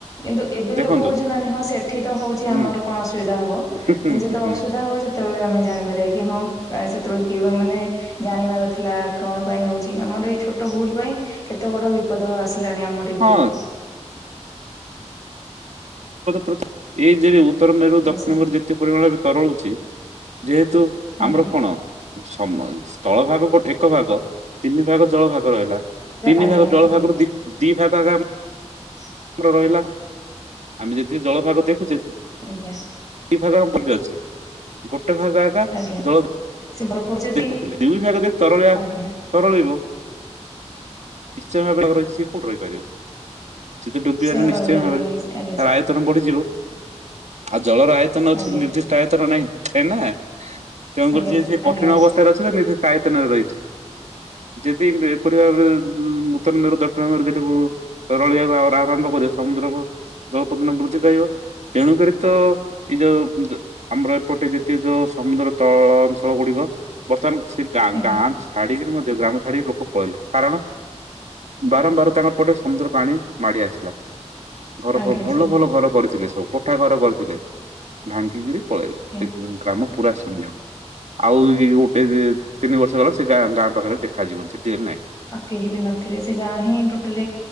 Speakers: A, on the left; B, on the right.
A: କିନ୍ତୁ ଏବେ
B: ଦେଖନ୍ତୁ
A: ଲୋକ ବୁଝୁନାହାନ୍ତି ହଁ ସେଠି ତ ହଉଛି
B: ହୁଁ
A: ଆମର କଣ ଅସୁବିଧା ହବ କିନ୍ତୁ
B: ହୁଁ
A: ଯେତେବେଳେ
B: ହୁଁ ହୁଁ
A: ଅସୁବିଧା ହବ ସେତେବେଳେ ଆମେ ଜାଣିପାରିବା କି ହଁ ସେତେବେଳେ କି ମାନେ ଜାଣିବାର ଥିଲା କଣ ପାଇଁ ହଉଛି ଆମର ଏଇ ଛୋଟ ଭୁଲ ପାଇଁ କେତେ ବଡ ବିପଦ ଆସ ଲାଣି ଆମରି
B: ହଁ
A: ପୁରକୁ ।
B: ପୃଥ ଏଇ ଉତ୍ତର ମେରୁ
A: ଆଜ୍ଞା
B: ଦକ୍ଷିଣ
A: ସାର୍
B: ମେରୁ ଯେତେ ପରିମାଣରେ ବି ତରଳୁଛି । ଯେହେତୁ
A: ଆଜ୍ଞା
B: ଆମର କଣ? ସମାଜ ତଳ ଭାଗ ଗୋଟେ ଏକ ଭାଗ ତିନି ଭାଗ ଜଳ ଭାଗ ରହିଲା, ତିନି
A: ଆଜ୍ଞା
B: ଭାଗ ଜଳ
A: ଆଜ୍ଞା
B: ଭାଗରୁ ଦି ଦି ଭାଗ ଆକା ଆମ
A: <inaudible>
B: ରହିଲା। ଆମେ ଯେତିକି ଜଳଭାଗ ଦେଖୁ
A: ଆଜ୍ଞା।
B: ଦି ଭାଗ ଆମ ବହିରେ ଅଛି ଗୋଟ ଟ ଭାଗ ଆକା
A: ଆଜ୍ଞା
B: ଜଳ
A: ସେ ବରଫ ଯଦି
B: ଦେଖୁଥିଲେ। ଦୁଇ ଭାଗ ଯ ତରଳିଆ
A: ଆଜ୍ଞା
B: ତରଳିବ। ନିଶ୍ଚୟ ଭବରେ ରହିଚି। କଉଠି ରହିପାରିବ? ସେତ ଡୁବିବାଟା
A: ସେ ଆଉ
B: ନିଶ୍ଚୟ
A: ରହିପାରିବନି
B: ଭାବରେ।
A: ଆଜ୍ଞା
B: ତାର
A: ସାର୍,
B: ଆୟତନ ବଢିଯିବ
A: ଆଜ୍ଞା
B: ଆଉ ଜଳର ଆୟତନ ଅଛି
A: ଆଜ୍ଞା
B: କି ନିର୍ଦ୍ଦିଷ୍ଟ ଆୟତନ ନାହିଁ। ଏ ନା। ତେଣୁକରି
A: ଆଜ୍ଞା
B: ଯିଏ ସିଏ କଠିନ
A: ଆଜ୍ଞା
B: ଅବସ୍ଥାରେ ଅଛି ତ ନିଧି କାୟତନରେ ରହିଚି। ଯଦି ଏପରି ଭାବରେ ହୁଁ। ଉତ୍ତରର ଦକ୍ଷିଣ ମେ ଯେଠୁ କୁ ତରଳିଆ ଆ ଆରମ୍ଭ କରି ସମୁଦ୍ର ଭା ଜଳପଦଣ ବୃଦ୍ଧି ପାଇବ, ତେଣୁ କରି ତ ଏଇ ଯୋଉ ଆମର ଏପଟେ ଯେିତୀୟ ଯୋଉ ସମୁଦ୍ର ତଳ ଅଞ୍ଚଳ ଗୁଡିକ ବର୍ତ୍ତମାନ ସେ ଗାଁ
A: ଆଜ୍ଞା
B: ଗାଁ ଛାଡ଼ି କରି ମଧ୍ଯ, ଗ୍ରାମ ଛାଡି କି କୁ ପଇଲ, କାରଣ ବାରମ୍ବାର ତାଙ୍କର ପଟେ ସମୁଦ୍ର ପାଣି ମାଡି ଆସିଲା। ଘର
A: ଆଜ୍ଞା
B: ଭଲ
A: ସାର୍
B: ଭଲ ଘର କରିଥିଲେ ସବୁ। କୋଠା ଘର କରିଥିଲେ। ଭାଙ୍ଗିକିରି ପଳେଇଲେ
A: ଆଜ୍ଞା
B: ପୁରା ଶୂନ୍ୟ। ଆଉ ଗୋଟେ ତିନି ବର୍ଷ ହେଲା ସେ ଗାଁ ଗାଁ ପାଖରେ ଦେଖାଯିବନ ସେତିବେଲେ ନାଇଁ।
A: ଆଉ କେହି ବି ନଥିବେ ସେ ଗାଁ ହିଁ ଟୋଟାଲି